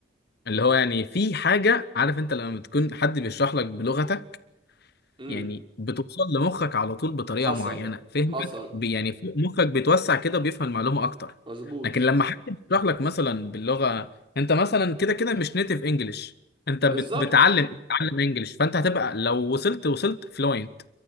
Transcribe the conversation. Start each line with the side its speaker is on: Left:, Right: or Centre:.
Left: اللي هو يعني في حاجة عارف انت لما بتكون حد بيشرح لك بلغتك
Right: امم
Left: يعني بتوصل لمخك على طول بطريقة
Right: حصل
Left: معينة فهمك
Right: حصل
Left: بي- يعني في- مخك بيتوسع كده وبيفهم المعلومة أكتر
Right: مظبوط
Left: لكن لما حد بيشرح لك مثلا باللغة انت مثلا كده كده مش نيتيف انجلش انت
Right: بالظبط
Left: بت- بتعلم بتتعلم انجلش فانت هتبقى لو وصلت وصلت فلوينت